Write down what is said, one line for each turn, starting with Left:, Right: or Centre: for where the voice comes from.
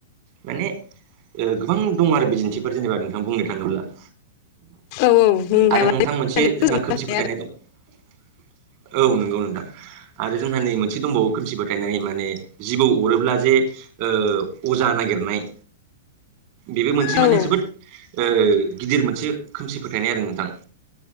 Right: माने ओ गोबां दं आरो बिदिन्थिफोर जेनेबा नोंथां बुंनो थाङोब्ला
Left: औ औ बुंनो थाङोबा
Right: आरो नोंथां मोनसे जोंहा
Left: फोजोबनो
Right: खोमसि
Left: हाया
Right: फोथायनाय दं औ नंगौ नोंथां। आरो जोंहा नै मोनसे दंबावो खोमसि फोथायनाय माने जिबौ अरोब्ला जे ओ अजा नागिरनाय बेबो मोनसे
Left: आरो
Right: माने जोबोद ओ गिदिर मोनसे खोमसि फोथायनाय आरो नोंथां।